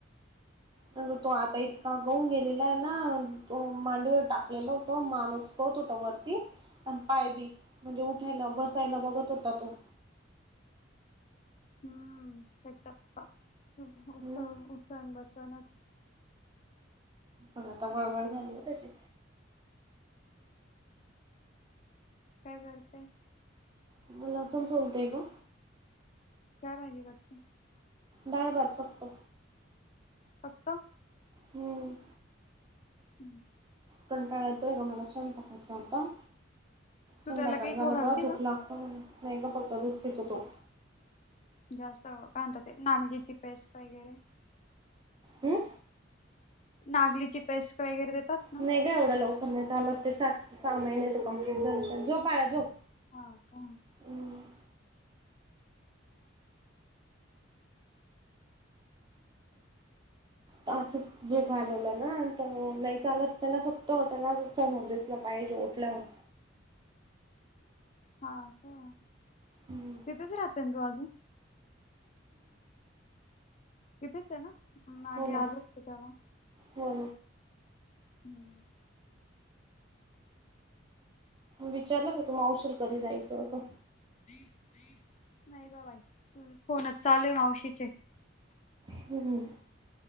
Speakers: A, on the right (about 25°); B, on the left (about 35°).
A: आणि तो आता इतका गळून गेलेला ए ना? तो मांडीवर टाकलेला होता मान उच- -लत होता वरती. आणि पाय बी. म्हणजे उठायला बसायला बघत होता तो.
B: हम्म. <unintelligible>
A: हम्म
B: उठ उठन बसनच. <inaudible>
A: बघ आता वळवड झाली ना त्याची?
B: काय करतेय?
A: मी लसूण सोलतेय ग.
B: काय भाजी करते?
A: डाळ भात फक्त.
B: फक्त?
A: हम्म.
B: हम्म.
A: कंटाळा येतोय ग मला स्वयंपाकाचा आता.
B: तू
A: संध्याकाळ
B: त्याला काही
A: झालं
B: खाऊ घालते
A: का झोप लागतते म्हण. नाही ग फक्त दूध पितो तो.
B: जास्त काय म्हणता ते नांगलीची पेस्त वगैरे.
A: अं?
B: नागलीची पेस्क वगैरे देतात? ना
A: नाही ग एवढ्या लवकर नाही चालत ते. सात सहा महिन्याच कम्प्लीट झाल्याशिवाय. झोप बाळा झोप.
B: हा का?
A: हम्म असं झोका हालवला ना तर म नाही चालत. त्याला फक्त. त्याला अस समोर दिस- -या पाहिजे उठल्यावर.
B: हां. का?
A: हम्म
B: तिथेच राहते ना तू अजून? तिथेच ए ना? मागे
A: हो ना.
B: आलो होतो तेव्हा
A: हो.
B: हम्म्म.
A: विचारलं का तु मावशीला कधी जायचं असं?
B: नाही ग बाई. फोनच चालूए मावशीचे.
A: हं. हं.